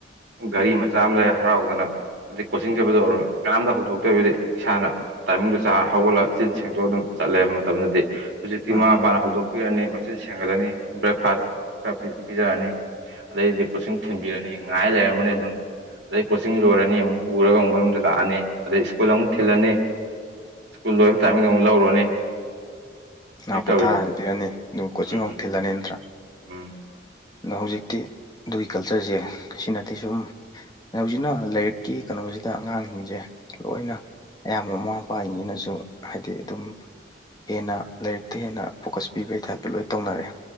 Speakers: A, on the right; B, on the left.
A: ꯒꯔꯤ ꯃꯆꯥ ꯑꯃ ꯂꯩ ꯍꯔꯥꯎꯗꯅ ꯑꯗꯩ ꯀꯣꯆꯤꯡ ꯆꯠꯄꯗ ꯑꯣꯏꯔꯣ ꯀꯅꯥꯝꯇ ꯍꯧꯗꯣꯛꯇꯕꯤꯗ ꯏꯁꯥꯅ ꯇꯥꯏꯃꯤꯡꯗꯣ ꯆꯥꯔ ꯍꯧꯒꯠꯂꯒ ꯆꯤꯟ ꯁꯦꯡꯇꯣꯛꯑ ꯑꯗꯨꯝ ꯆꯠꯂꯦꯕ ꯃꯇꯝꯗꯨꯗꯗꯤ ꯍꯧꯖꯤꯛꯇꯤ
B: ꯎꯝ
A: ꯃꯃꯥ ꯃꯄꯥꯅ ꯍꯧꯗꯣꯛ ꯄꯤꯔꯅꯤ ꯃꯆꯤꯟ ꯁꯦꯡꯍꯜꯂꯅꯤ ꯕ꯭ꯔꯦꯛꯐꯥꯁ ꯈꯔ ꯄꯤꯖꯔꯅꯤ ꯑꯗꯩꯗꯤ ꯀꯣꯆꯤꯡ ꯊꯤꯟꯕꯤꯔꯅꯤ ꯉꯥꯏ ꯂꯩꯔꯝꯃꯅꯤ ꯑꯗꯨꯝ ꯑꯗꯩ ꯀꯣꯆꯤꯡ ꯂꯣꯏꯔꯅꯤ ꯑꯃꯨꯛ ꯄꯨꯔꯒ ꯑꯃꯨꯛ ꯃꯌꯨꯝꯗ ꯂꯥꯛꯑꯅꯤ ꯑꯗꯩ ꯁ꯭ꯀꯨꯜ ꯑꯃꯨꯛ ꯊꯤꯜꯂꯅꯤ ꯁ꯭ꯀꯨꯜ ꯂꯣꯏꯕ ꯇꯥꯏꯃꯤꯡꯗ ꯑꯃꯨꯛ ꯂꯧꯔꯨꯔꯅꯤ
B: ꯉꯥꯛ
A: ꯍꯧꯖꯤꯛ
B: ꯄꯣꯊꯥꯍꯟꯕꯤꯔꯅꯤ
A: ꯇꯧꯔꯤꯁꯦ
B: ꯑꯗꯨ ꯀꯣꯆꯤꯡ
A: ꯎꯝ
B: ꯑꯃꯨꯛ ꯊꯤꯜꯂꯅꯤ ꯅꯠꯇ꯭ꯔ
A: ꯎꯝ
B: ꯑꯗꯣ ꯍꯧꯖꯤꯛꯇꯤ ꯑꯗꯨꯏ ꯀꯜꯆꯔꯁꯦ ꯁꯤꯅꯗꯤ ꯁꯨꯝ ꯍꯧꯖꯤꯛꯅ ꯂꯥꯏꯔꯤꯛꯀꯤ ꯀꯩꯅꯣꯖꯤꯗ ꯑꯉꯥꯡꯁꯤꯡꯖꯦ ꯂꯣꯏꯅ ꯑꯌꯥꯝꯕ ꯃꯃꯥ ꯃꯄꯥꯁꯤꯡꯁꯤꯅꯁꯨ ꯍꯥꯏꯗꯤ ꯑꯗꯨꯝ ꯍꯦꯟꯅ ꯂꯥꯏꯔꯤꯛꯇ ꯍꯦꯟꯅ ꯐꯣꯀꯁ ꯄꯤꯕꯩ ꯇꯥꯏꯞꯇ ꯂꯣꯏ ꯇꯧꯅꯔꯦ